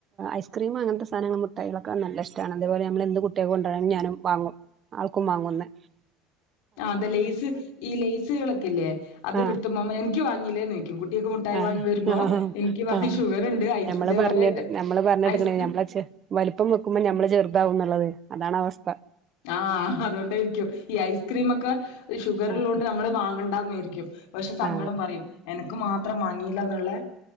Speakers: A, on the right (about 35°); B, on the left (about 80°).
A: ഐസ്ക്രീം അങ്ങനത്തെ സാധനങ്ങൾ മുട്ടായികളൊക്കെ നല്ല ഇഷ്ടാണ് അതേ പോലെ നമ്മൾ എന്ത് കുട്ട്യാക്ക് കൊണ്ടരാണെങ്കി ഞാനും വാങ്ങും ആൾക്കും വാങ്ങും ന്ന്
B: ആ അതെലെയസ് ഈ ലേസുകളൊക്കല്ലേ അതിവിടത്തെ
A: ആഹ്
B: ഉ മമ്മ എനിക്ക് വാങ്ങീല്ലേന്ന് ചോയ്ക്കും ക്കും കുട്ട്യാൾക്കും മുഠായി
A: ആഹ്
B: വാങ്ങി വരുമ്പോ
A: ആഹ്
B: എനിക്ക് വാ
A: ആഹ്
B: ഷുഗറുണ്ട് ഐസ്
A: നമ്മള്
B: ഇതേപോലെ
A: പറഞ്ഞിട്ട് നമ്മള് പറഞ്ഞിട്ട്ക്ക്ണ്
B: ഐസ്ക്രീ
A: നമ്മളെ ചെ വലിപ്പം വെക്കുമ്പോ നമ്മള് ചെറുതാവുന്ന്നൊള്ളത് അതാണ് അവസ്ഥ
B: ആഹ് അതോണ്ടായിരിക്കും ഈ ഐസ്ക്രീമൊക്കെ ഷുഗർ
A: ആഹ്
B: ഉള്ളോണ്ട് നമ്മള് വാങ്ങണ്ടന്നരി ക്യും പക്ഷെ സങ്കടം
A: ആഹ്
B: പറിം എനക്ക് മാത്രം മാങ്ങീല്ലന്നോള്ള